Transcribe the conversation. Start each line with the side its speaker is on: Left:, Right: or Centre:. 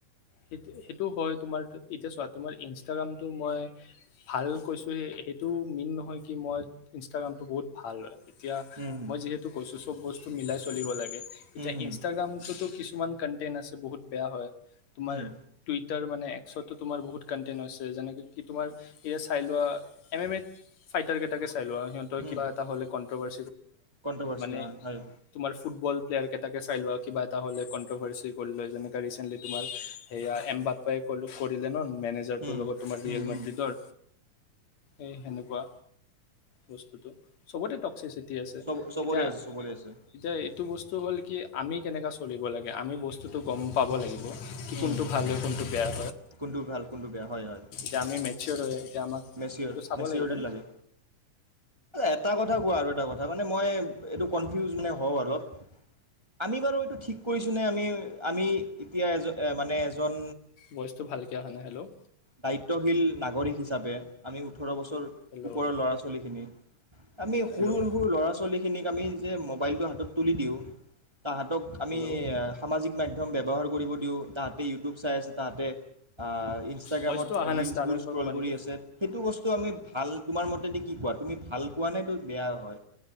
Left: সেইটো-সেইটো হয় তোমাৰ এতিয়া চোৱা তোমাৰ ইনষ্টাগ্ৰামটো মই ভাল কৈছো সেইটো মেইন নহয়। কি মই ইনষ্টাগ্ৰামটো বহুত ভাল এতিয়া
Right: হুম
Left: মই যিহেতু কৈছো চব বস্তু মিলাই চলিব লাগে। এতিয়া
Right: হুম হুম
Left: ইনষ্টাগ্ৰামততো কিছু কিছুমান কন্টেন্ট আছে বহুত বেয়া হয়। তোমাৰ
Right: হুম
Left: টুই তাৰমানে এক্সোটো তোমাৰ বহুত কণ্টেণ্ট আছে যেনেকে কি তোমাৰ এই চাইলুৱা এম এম এ ফাইটাৰ কেইটাকে চাই লোৱা সিহঁৰ
Right: হুম
Left: কিবা এ হ'লে খবৰ
Right: কণ্ট্ৰভাৰ্চি
Left: মানে
Right: হয় হয়।
Left: তোমাৰ ফুটবল প্লেয়াৰকেইটে চাই লোৱা আৰু কিবা এটা হলেণ্ট্ৰভাৰ্চি কৰি লয় যেনেকে ৰিচেণ্টলি তোমাৰ। সেয়া এম বাপ্পাই কলো কৰিলে ন। মেনেজাৰটোৰ
Right: হুম
Left: লগত তোমাৰ
Right: হুম
Left: ৰিয়েল
Right: হুম
Left: মাদ্ৰিদৰ এই সেনেকুৱা বস্তুটো। চবতে টক্সিচিটি আছে
Right: চব চবৰে
Left: এতিয়া-এতিয়া
Right: আছে চবৰে আছে
Left: এইটো বস্তু হ'ল কি আমি কেনেকুৱা চলিব লাগে আমি বস্তুটো গম পাব লাগিব। কি কোনটো
Right: উম
Left: ভাল হয় কোনটো বেয়া
Right: কোনটোু ভাল, কোনটোু বেয়া, হয়-হয়।
Left: যামি মেচৰ হয়। এতিয়া আমাক
Right: মেচৰ
Left: সেইটো চাব
Right: মেচৰিটিত
Left: লাগিব ন
Right: লাগে এটা কথা কোৱা আৰু এটা কথা মানে মানে মই এইটো কনফিউজ মানে হওঁ অলপ আমি বাৰু এইটো ঠিক কৰিছোঁ নে? আমি-আমি এতিয়া এজন মানে এজন
Left: ভইচটো ভালকৈ অহা নাই হেল্ল'
Right: দায়িত্ব তশীল নাগৰিক হিচাপে। আমি উঠো ওঠৰ বছৰ
Left: হেল্ল'
Right: ওপৰৰ ল'ৰা ছোৱালীখিনি আমি
Left: হেল্ল'
Right: সৰুসৰু ল'ৰা ছোৱালী ল'ৰা -ছোৱলীখিনিক আমি যে মোবাইলটো হাতত তুলি দিওঁ, তাহাঁতক আমি
Left: হেল্ল'
Right: সামাজিক মাধ্যম মম ব্যৱহাৰ কৰিব দিওঁ তাহতে ইউটিউব চাই আছে তাহতে ইনষ্টাগ্ৰামত
Left: ভইচটো অহা
Right: ৰিলচবোৰ
Left: নাছিলে আৰু একবাৰ
Right: স্ক্ৰল
Left: ক'বা
Right: কৰি
Left: নেকি
Right: আছে। সেইটো বস্তু আমি ভাল তোমাৰ মতেদি কি কোৱা তুমি ভাল কোৱা নে বেয়া হয়।